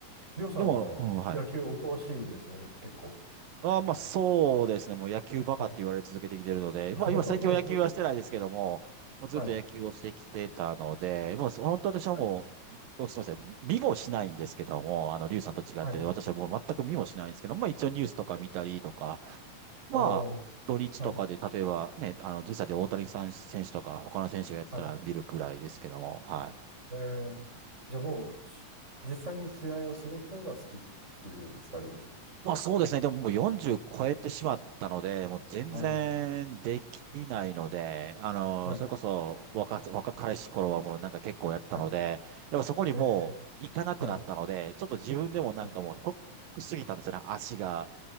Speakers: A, on the right (about 20°); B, on the right (about 75°).
A: りょうさんは野球お詳しいんですね、
B: でも、うん、はい。
A: 結構。
B: あーまあそうですね。もう野球バカって言われ続けてきてるので、
A: はい。<laughs>
B: まあ今最近は野球はしてないですけども、
A: 本当です
B: もうずっと野球をしてきてたので、
A: かはい。
B: もう本当私はも
A: はい。
B: う、すみません。見もしないんですけども、あの、リュウさんと違って、
A: はい。
B: 私はもう全く見もしないんですけど、まあ一応ニュースとか見たりとか、
A: はい。
B: まあ、
A: おー。
B: 土日とかで、
A: はい。
B: 例えばね、あの、時差で大谷さん選手とか、他の選手がやってたら見るくらいですけども、
A: はい。
B: はい。
A: えー、じゃあもうし、実際に試合をする方が好きっていうスタイルですか
B: まあそうですね、でももう40超えてしまったので、もう全然できないので、
A: ああー。
B: あの、
A: はい。
B: それこそ若、若彼氏頃はもうなんか結構やってたので、
A: はい。
B: やっぱそこにもう行かなくなったので、
A: ええ、はい、
B: ちょっと自分でもなんかもうショックすぎたんですよね、
A: はい、
B: 足が。